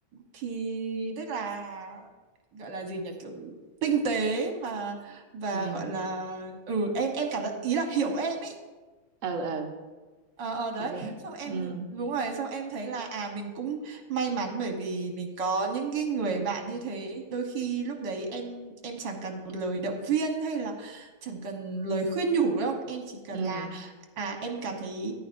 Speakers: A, on the right; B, on the right.
A: thì tức là gọi là gì nhỉ kiểu tinh tế mà và
B: ừ
A: gọi là ừ em em cảm giác ý là hiểu em ấy
B: ừ ừ,
A: ờ ờ đấy
B: thì đúng
A: xong em
B: ừ
A: đúng rồi xong em thấy là à mình cũng may mắn bởi vì mình có những cái người bạn như thế đôi khi lúc đấy em em chẳng cần một lời động viên hay là chẳng cần lời khuyên nhủ đâu em chỉ cần
B: ừ
A: là à em cảm thấy